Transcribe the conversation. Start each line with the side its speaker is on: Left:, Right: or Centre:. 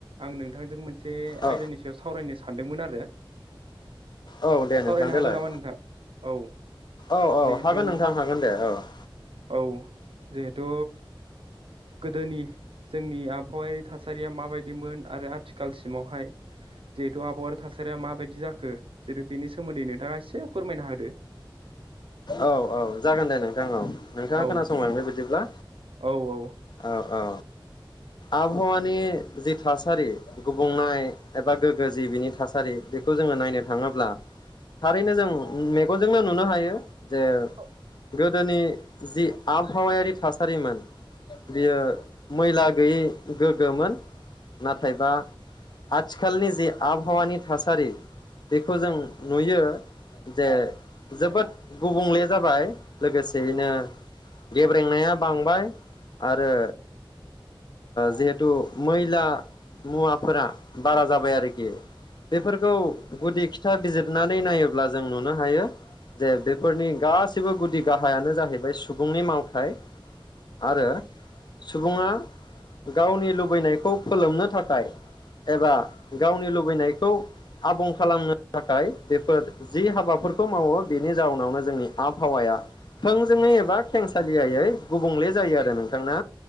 Right: आं नोंथांजों मोन से
Left: औ
Right: आयदानि सायाव सावरायनो सानदोंमोन आरो।
Left: औ दे
Right: सावरायनो
Left: नोंथां देलाय
Right: हागोन नामा नोंथां औ
Left: औ औ
Right: जिहेथु
Left: हागोन नोंथां हागोन दे औ ।
Right: औ जिहेथु गोदोनि जोंनि आबहावायारि थासारिया माबायदिमोन आरो आथिखालसिमावहाय जिहेथु आबहावायारि थासारिया माबायदि जाखो जिहेतु बेनि सोमोन्दै नोंथाङा एसे फोरमायना होदो ।
Left: औ औ जागोन दे नों औ औ नोंथाङा
Right: औ
Left: खोनासंलांदो बिदिब्ला
Right: औ औ
Left: औ औ आबहावानि जि थासारि गुबुंनाय एबा गोग्गो जि बिनि थासारि बेखौ जोङो नायनो थाङोब्ला थारैनो जों मेगनजोंनो नुनो हायो। जे
Right: औ
Left: गोदोनि जि आबहावायारि थासारिमोन। बियो मैला गोैयि गोगोमोन। नाथायबा आथिखालनि जे आबहावानि थासारि बेखौ जों नुयो जे जोबोद गुबुंले जाबाय लोगोसेयैनो गेब्रेंनाया बांबाय आरो। जिहेथु मैला मुवाफोरा बारा जाबाय आरोखि बेफोरखौ गुदि खोथा बिजिरनानै नायोब्ला जों नुनो हायो जे बेफोरनि गाैबो गुदि गाहायानो जाहैबाय सुबुंनि मावथाय आरो। सुबुङा गावनि लुबैनायखौ फोलोमनो थाखाय एबा गावनि लुबैनायखौ आबुं खालामनो थाखाय बेफोर जि हाबाफोरखौ मावो बेनि जाउनावनो जोंनि आबहावाया थोंजोङै एबा खेंसालियायै गुबुंले जायो आरो नोंथां ना।